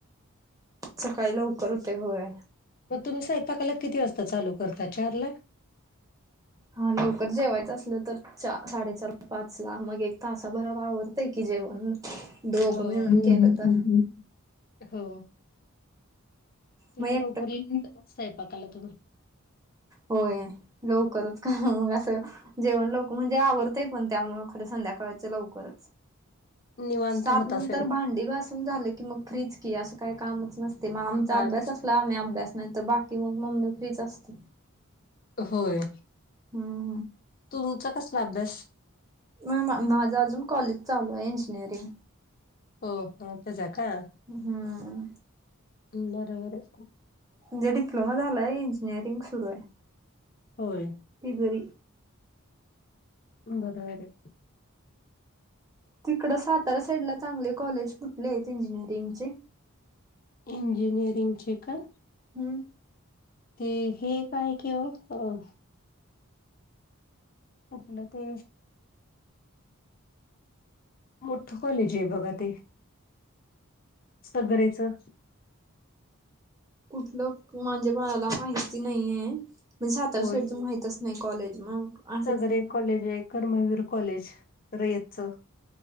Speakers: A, on the right; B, on the left.
A: सकाळी लवकर होतय, होय.
B: मग तुम्ही स्वयंपाकाला किती वाजता चालू करता? चार ला.
A: हां लवकर जेवायचं असलं तर चा साडेचार पाच ला मग एक तासाभरात आवरतय की जेवण.
B: हो
A: मिळून
B: <inaudible>
A: केलं तर
B: हो लय
A: मग एकटं
B: लवकर <unintelligible> स्वयंपाकाला तुम्ही
A: होय लवकरच का मग असं जेवण लवकर म्हणजे आवरतय पण त्यामुळ खरं संध्याकाळच लवकरच.
B: निवांत
A: सात
B: होत
A: नंतर
B: असेल.
A: भांडी घास. झालं कि मग फ्रीज की असं काय कामच नसते मग आमचा
B: ताजच
A: अभ्यास
B: नाही.
A: असला आम्ही अभ्यास नाही. तर बाकी मग मम्मी फ्रीच असते.
B: होय.
A: हम्.
B: तुमचा कसला अभ्यास.
A: होय मग माझं अजून कॉलेज चालू आहे इंजिनिअरिंग.
B: हो हो तेझा का.
A: हम्म.
B: बरोबर.
A: म्हणजे डिप्लोमा झालाय हे इंजिनिअरिंग सुरू आहे.
B: होय.
A: ती घरी.
B: बरोबर.
A: तिकड साताऱ्या साईड ला चांगले कॉलेज कुठले आहेत इंजिनिअरिंग चे.
B: इंजिनीयरिंग ची का.
A: हम्म.
B: ते हे काय कि हो. कुठल ते. मोठं कॉलेज हे बघा ते. सगरेचं.
A: कुठलं म्हणजे मला माहिती नाहीये म्हणजे साताऱ्या
B: होय
A: साईडच माहित अस. नाही कॉलेज मग. असंच
B: सगरे एक कॉलेज आहे कर्मवीर कॉलेज रयतच.